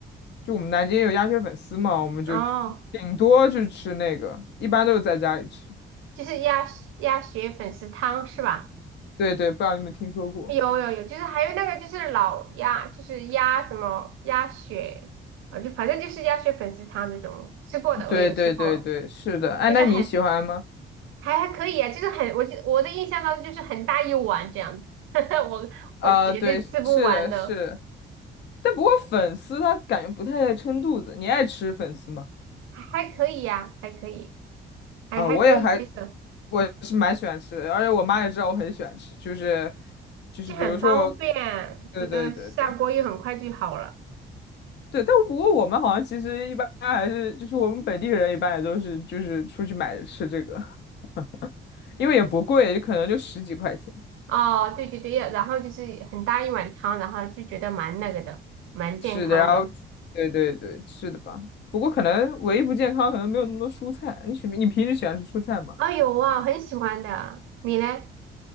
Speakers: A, on the left; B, on the right.
A: 就我们南京有鸭血粉丝嘛，我们就
B: 哦，
A: 顶多就吃那个，一般都是在家里吃。
B: 就是鸭鸭血粉丝汤是吧？
A: 对对，不知道你有没有听说过？
B: 有有有，就是还有那个就是老鸭，就是鸭什么鸭血啊，就反正就是鸭血粉丝汤那种，吃过的，
A: 对对对对，
B: 我有吃过，
A: 是的。哎，
B: 就是很
A: 那你喜欢吗？
B: 还还可以啊，就是很，我记我的印象当中就是很大一碗这样子，<laughs> 我我绝对吃不完的，
A: 啊，对，是的，是的。但不过粉丝它感觉不太撑肚子，你爱吃粉丝吗？
B: 还还可以呀、还可以，还还可以接受，
A: 啊，我也还，我是蛮喜欢吃的，而且我妈也知道我很喜欢吃，就是就是比如说我，
B: 就很方便，
A: 对对对对
B: 觉得下锅又很快就好了。
A: 对，但不过我们好像其实一般还是就是我们本地人一般也都是就是出去买着吃这个，<laughs> 因为也不贵，可能就十几块钱。
B: 哦，对对对，然后就是很大一碗汤，然后就觉得蛮那个的，蛮健康的。
A: 是的，然后对对对，是的吧？不过可能唯一不健康可能没有那么多蔬菜，你喜你平时喜欢吃蔬菜吗？
B: 啊、有啊，很喜欢的。你呢？